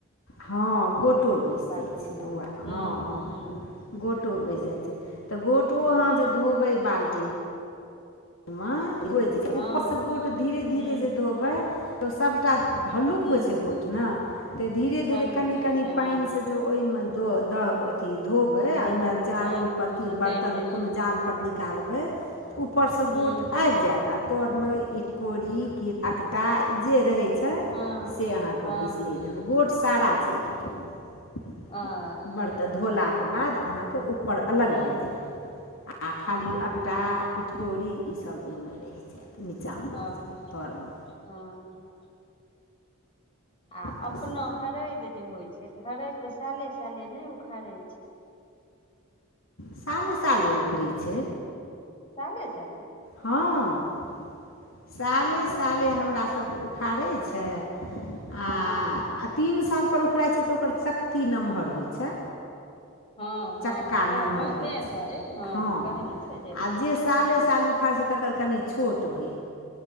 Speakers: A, on the left (about 75°); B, on the left (about 25°).
A: हँ गोटो बैसि
B: बाल्टीन
A: जाइ छै
B: मे
A: धुआँ
B: हूँ
A: हँ हँ
B: हूँ
A: गो बैस जाइत छै‌ त गोटो
B: हँ
A: आँह जे धोबे बाल्टी में। मे धोइ जतै
B: हँ
A: ऊपरसँ गोट धीरे
B: हूँ
A: धीरे जे धोबै तऽ सबटा हल्लुक
B: हूँ
A: होइ छै गोट ने तऽ धीरे
B: हल्लुक
A: धीरे कनि
B: होइ
A: कनि
B: छै हँ
A: पाइन स वही में ज ओहिमे दह अथी धोबै ओहिमे
B: हूँ
A: चालनि
B: हँ
A: पर क
B: निकलि
A: बर्तन
B: जाइ
A: में
B: छै
A: कोनो जाल पर निकालबै। ऊपर से
B: हूँ
A: गोट आबि जायत आ तर मे इटकोरी ककटा जे रहै छै। छै
B: हँ
A: से अहाँकेँ
B: हँ
A: बैस लैत रह गोट सारा चलि आएत ओहिमे
B: आ
A: बरत धोलााक के बाद अहाँके उऊपर अलग
B: हूँ
A: भए जायत आओ खाली
B: हँ
A: एकटा इटकोरी ईस ओहिमे रहि जायत नीचाँमे
B: हँ
A: रहि जायत तरमे
B: हँ आ
A: तऽ
B: अपना हरदि जे होइत छै तऽ हरदि तऽ साले साले नहि उखाड़ै छै।
A: साले साले उखड़ै छै?
B: साले साले
A: हँ साले
B: ओ
A: साले हमरा सबके उखाड़ै छै। आ
B: हँ
A: तीन साल परर उखड़इत छै तऽ ओकर चक्ति नमहर होइत छै।
B: हँ हँ
A: चक्का
B: कह
A: नमहर
B: हँ
A: होइ
B: तें
A: छै
B: दुआरे
A: हँ
B: कहै ने छै
A: आ जे साले
B: हूँ
A: साल उखाड़ै छै त तकर कनि छोट भेल।